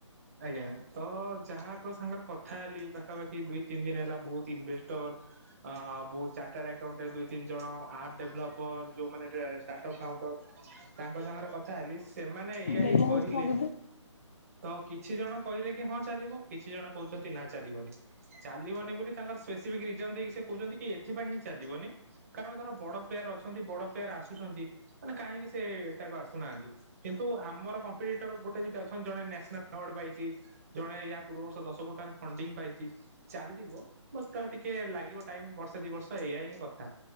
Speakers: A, on the right; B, on the left.
A: ହ <inaudible> ଆଜ୍ଞା ତ ଯାହାଙ୍କ ସାଙ୍ଗରେ କଥା ହେଲି ପାଖାପାଖି ଦୁଇ ତିନି ଦିନ ହେଲା ବହୁତ ଇନଭେଷ୍ଟର ଅ ବହୁତ ଚାର୍ଟାର୍ଡ ଆକାଉଣ୍ଟ ଦୁଇ ତିନି ଜଣ ଆପ୍ ଡେଭଲପର ଯୋଉମାନେ ଷ୍ଟାର୍ଟଅପ ଫାଉଣ୍ଡର ତାଙ୍କ ସାଙ୍ଗରେ କଥା ହେଲି ସେମାନେ ଏଇଆ
B: ଗେଲ
A: ହିଁ କହିଲେ
B: ହଉଛି ମରିବୁ
A: ତ କିଛି ଜଣ କହିଲେ କି ହଁ ଚାଲିବ କିଛି ଜଣ କହୁଚନ୍ତି ନା ଚାଲିବନି। ଚାଲିବନି ବୋଲି ତାଙ୍କର ସ୍ପେସିଫିକ ରିଜନ ଦେଇକି ସେ କହୁଚନ୍ତି କି ଏଥିପାଇଁ ହିଁ ଚାଲିବନି। କାରଣ ତାର ବଡ ପ୍ଲେୟାର ଅଛନ୍ତି ବଡ ପ୍ଲେୟାର ଆସୁଛନ୍ତି ମାନେ କାହିଁକି ସେ ଏଠାକୁ ଆସୁନାହାନ୍ତି। କିନ୍ତୁ ଆମର କମ୍ପିଟର ଗୋଟେ ଦିଟା ଅଛନ୍ତି ଜଣେ ନ୍ୟାସନାଲ ଆୱାର୍ଡ଼ ପାଇଛି। ଜଣେ ଏହା ପୂର୍ବବର୍ଷ ଦଶ କୋଟାରେ ଫଣ୍ଡିଙ୍ଗ ପାଇ ଚି। ଚାଲିବ ବାସ ତା ଟିକେ ଲାଗିବ ଟାଇମ ବର୍ଷେ ଦି ବର୍ଷ ଏଇଆ ହିଁ କଥା।